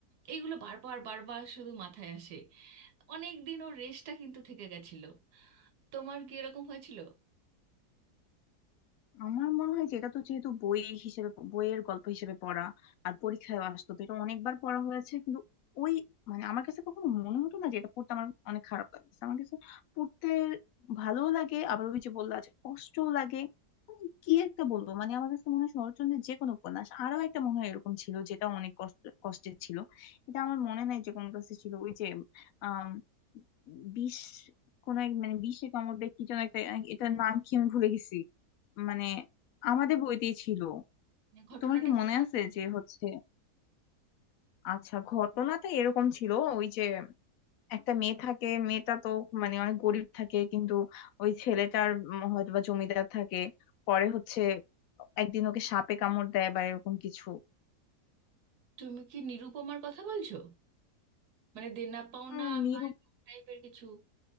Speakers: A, on the right; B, on the left.
A: এইগুলো বারবার বারবার শুধু মাথায় আসে অনেক দিন ওর রেশটা কিন্তু থেকে গেছিল তোমার কি এরকম হয়েছিল
B: আমার মনে হয় যে এটা তো যেহেতু বই হিসেবে বইয়ের গল্প হিসেবে পড়া আর পরীক্ষায় আসতো তো এটা অনেকবার পড়া হয়েছে কিন্তু ওই মানে আমার কাছে কখনো মনে হতো না যে এটা পড়তে আমার অনেক খারাপ লাগছে আমার কাছে পড়তে ভালোও লাগে আবার ওই যে বললা যে কষ্টও লাগে মানে কি একটা বলবো মানে আমার কাছে মনে হয় শরৎচন্দ্রের যে কোনো উপন্যাস আরো একটা মনে হয় এরকম ছিল যেটা অনেক কষ্ট কষ্টের ছিল এটা আমার মনে নাই যে কোন কাছে ছিল ওই যে আহ বিষ কোন এক মানে বিষে কামড় দেয় কি যেন একটা এটার নাম কি আমি ভুলে গেছি মানে আমাদের বইতেই ছিল
A: মানে ঘটনাটা
B: তোমার কি
A: কিরকম
B: মনে আছে যে হচ্ছে আচ্ছা ঘটনাটা এরকম ছিল ওই যে একটা মেয়ে থাকে মেয়েটা তো মানে অনেক গরিব থাকে কিন্তু ওই ছেলেটার উম হয়তো বা জমিদার থাকে পরে হচ্ছে একদিন ওকে সাপে কামড় দেয় বা এরকম কিছু
A: তুমি কি নিরুপমার কথা বলছো মানে দেনা পাওনা
B: উম, নিরু
A: টাইপের কিছু